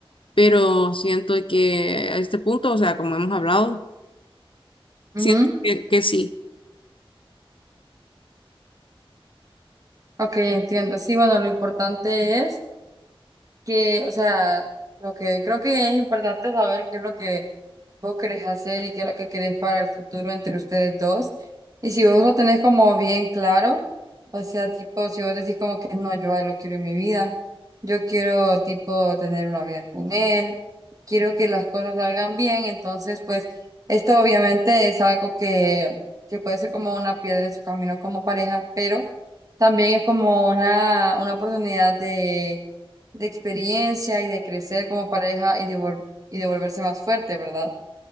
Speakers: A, on the left (about 60°); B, on the right (about 35°).
A: pero siento que a este punto, o sea, como hemos hablado,
B: Ujú.
A: siento que, que sí,
B: Ok, entiendo. Sí, bueno, lo importante es que, o sea, lo que creo que es importante saber qué es lo que vos querés hacer y qué es lo que querés para el futuro entre ustedes dos. Y si vos lo tenés como bien claro, o sea, tipo, si vos decís como que no, yo a él lo quiero en mi vida, yo quiero, tipo, tener una vida con él, quiero que las cosas salgan bien, entonces, pues, esto obviamente es algo que, que puede ser como una piedra en su camino como pareja, pero también es como una, una oportunidad de de experiencia y de crecer como pareja y de, vol- y de volverse más fuerte, ¿verdad?